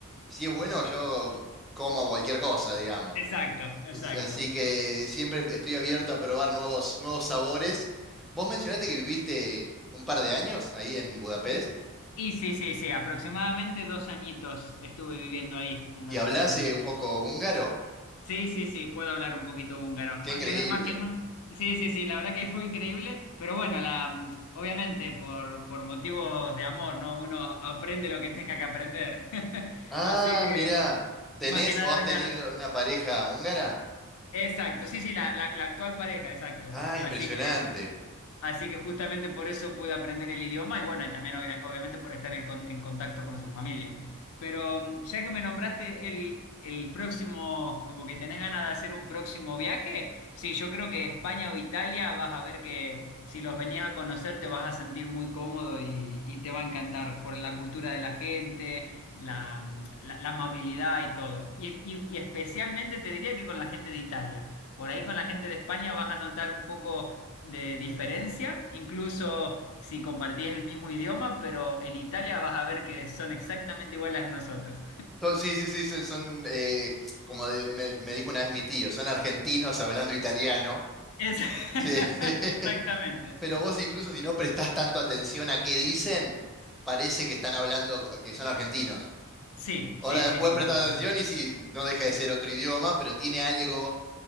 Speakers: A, in the centre; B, on the left (about 65°).
A: si es bueno, yo como cualquier cosa, digamos.
B: Exacto, exacto.
A: As- Así que siempre estoy abierto a probar nuevos, nuevos sabores. Vos mencionaste que viviste un par de años ahí en Budapest
B: Y sí, sí, sí, aproximadamente dos añitos estuve viviendo ahí, en
A: y
B: la
A: hablás
B: ciudad de Budapest.
A: eh, un poco húngaro.
B: Sí, sí, sí, puedo hablar un poquito húngaro,
A: Qué
B: más
A: increíble.
B: que nada, más que nada. Sí, sí, sí, la verdad que fue increíble, pero bueno, la, mm, obviamente por, por motivos de amor, ¿no? Uno aprende lo que tenga que aprender. <laughs>
A: Ah,
B: Así que,
A: mirá. ¿Tenés
B: más que nada,
A: o has tenido
B: claro.
A: una pareja húngara?
B: Exacto, sí, sí, la, la, la actual pareja, exacto.
A: Ah, impresionante.
B: Así Así que justamente por eso pude aprender el idioma y bueno, y también obvia- obviamente por estar el con- en contacto con su familia. Pero mm, ya que me nombraste el, el próximo, como que tenés ganas de hacer un próximo viaje, sí, yo creo que España o Italia vas a ver que si los venías a conocer te vas a sentir muy cómodo y, y te va a encantar por la cultura de la gente, la, mm, la- la amabilidad y todo. Y, y y especialmente te diría que con la gente de Italia. Por ahí con la gente de España vas a notar un poco de diferencia, incluso si compartís el mismo idioma, pero en Italia vas a ver que son exactamente iguales a nosotros.
A: To- Sí, sí, sí, so- son, eh, como de- me, me dijo una vez mi tío, son argentinos hablando italiano.
B: Es- <laughs>
A: Sí. <laughs>
B: Exactamente.
A: Pero vos incluso si no prestás tanto atención a qué dicen, parece que están hablando co- que son argentinos.
B: Sí,
A: Ahora
B: sí, sí,
A: después
B: sí,
A: prestás
B: sí, sí.
A: atención y si no deja de ser otro idioma, pero tiene algo,